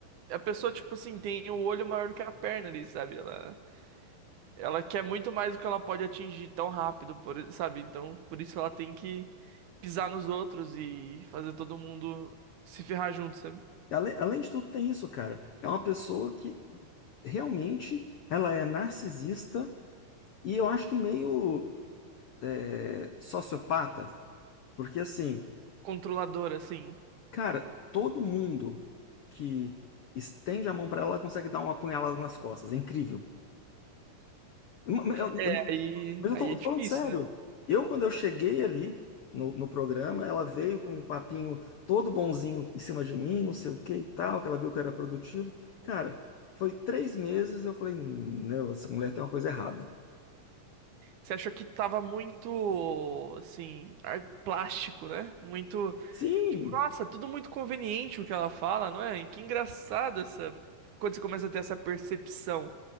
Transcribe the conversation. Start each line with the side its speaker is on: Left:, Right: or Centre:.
Right: a pessoa, tipo assim, tem o olho maior do que a perna ali, sabe? Ela, ela quer muito mais do que ela pode atingir tão rápido, por, sabe? Então, por isso ela tem que pisar nos outros e fazer todo mundo se ferrar junto, sabe?
Left: Ale- Além, de tudo, tem isso, cara. É uma pessoa que realmente ela é narcisista e eu acho que meio é, sociopata, porque assim,
Right: Controladora, assim.
Left: cara, todo mundo que estende a mão pra ela, ela consegue dar uma apunhalada nas costas. É incrível. Ma- ma- eu- eu-
Right: É, aí,
Left: Mas
Right: aí
Left: eu tô,
Right: é difícil,
Left: tô falando sério.
Right: né?
Left: Eu, quando eu cheguei ali no, no programa, ela veio com um papinho todo bonzinho em cima de mim, não sei o que e tal, que ela viu que eu era produtivo. Cara, foi três meses, eu falei, não, essa mulher tem uma coisa errada.
Right: Você achou que tava muito, assim, ar- plástico, né? Muito.
Left: Sim,
Right: Tipo, nossa, tudo muito conveniente o que ela fala, não é? E que engraçado essa. Quando você começa a ter essa percepção